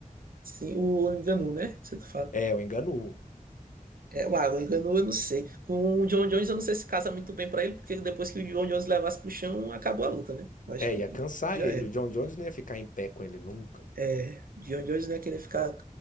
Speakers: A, on the right; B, on the left.
A: Sim, o Ngannou, né? Você tá fala.
B: É, o Enganu.
A: É, o o Ngannou eu não sei. Com o John Jones eu não sei se casa muito bem pra ele, porque depois que o John Jones levasse pro chão, acabou a luta, né? Eu Acho
B: É,
A: que
B: ia cansar
A: já
B: ele.
A: era.
B: O John Jones não ia ficar em pé com ele nunca.
A: É, John Jones não ia querer ficar